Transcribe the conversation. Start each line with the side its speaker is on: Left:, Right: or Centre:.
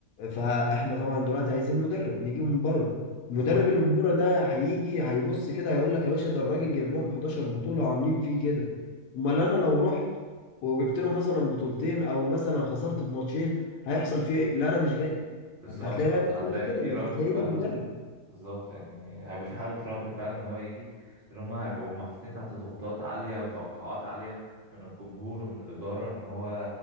Left: فاحنا طبعا دلوقتي عايزين مدرب نجيبه من بره
Right: بالظبط
Left: المدرب اللي من بره ده هيجي هيبص كده هيقول لك يا باشا ده الراجل جايب لهم 11 بطوله وعاملين فيه كده امال انا لو رحت وجبت لهم مثلا بطولتين او مثلا خسرت في ماتشين هيحصل فيه ايه لا انا مش جاي
Right: بالظبط
Left: انت هتلاقي
Right: اه
Left: بقى الناس
Right: هتلاقي
Left: كلها
Right: ان
Left: كده
Right: في
Left: مش
Right: رفض
Left: هتلاقي
Right: فعلا
Left: لك مدرب
Right: بالظبط يعني هيبقى في حالة رفض فعلا ان هو يجي ان هم هيبقوا محطوطين تحت ضغوطات عالية وتوقعات عالية من الجمهور ومن الإدارة ان هو